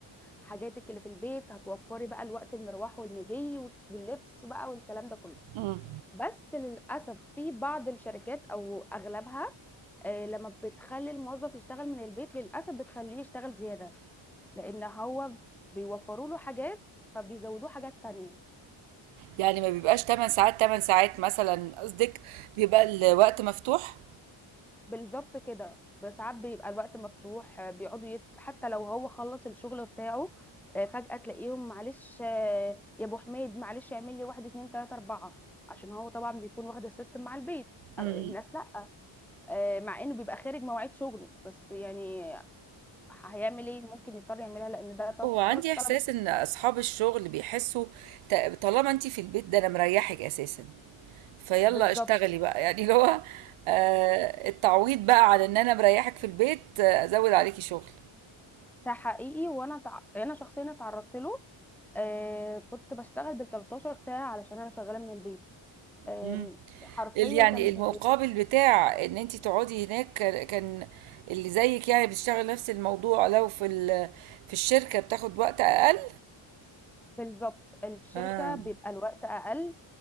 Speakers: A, in the centre; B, on the right.
A: حاجاتك اللي في البيت هتوفري بقى الوقت المروح والمجي وال- واللبس بقى والكلام ده كله
B: امم
A: بس للأسف في بعض الشركات أو أغلبها آه، لما بتخلي الموظف يشتغل من البيت للأسف بتخليه يشتغل زيادة لأن هو بيوفروا له حاجات فبيزودوه حاجات تانية
B: يعني ما بيبقاش 8 ساعات 8 ساعات مثلا قصدك بيبقى الوقت مفتوح
A: بالظبط كده ساعات بيبقى الوقت مفتوح آه، بيقعدوا يت... حتى لو هو خلص الشغل بتاعه آه، فجأة تلاقيهم معلش آه، يا ابو حميد معلش اعمل لي واحد اتنين تلاتة اربعة عشان هو طبعا بيكون واخد السيستم مع البيت
B: امم
A: أغ- الناس لأ آه، مع انه بيبقى خارج مواعيد شغله بس يعني هيعمل ايه ممكن يضطر يعملها لان ده تاسك
B: هو عندي
A: خلاص اتطلبت
B: احساس ان اصحاب الشغل بيحسوا ت- طالما انت في البيت ده انا مريحك اساسا فيلا
A: بالظبط
B: اشتغلي بقى <laughs> يعني اللي هو آه، التعويض بقى على ان انا مريحك في البيت آه، ازود عليكي شغل
A: ده حقيقي وانا تع... انا شخصيا اتعرضت له آه، كنت بشتغل بال 13 ساعة علشان انا شغالة من البيت آم،
B: مم.
A: حرفيا
B: ال- يعني
A: كان
B: المقابل
A: بي-
B: بتاع ان انت تقعدي هناك كان كان اللي زيك يعني بيشتغل نفس الموضوع لو في ال- في الشركة بتاخد وقت اقل
A: بالظبط الشركة
B: اه
A: بيبقى الوقت أقل